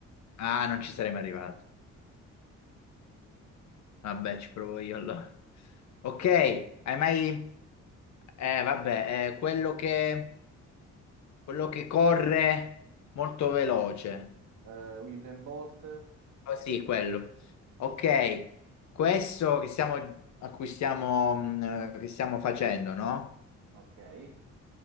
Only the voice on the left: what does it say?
Ah, non ci sarei mai arrivato. Vabbè, ci provo io allora. Ok, hai mai... Eh, vabbè, eh, quello che... quello che corre molto veloce.
Oh, sì, quello. Ok, questo che stiamo... a cui stiamo... mh, eh, che stiamo facendo, no?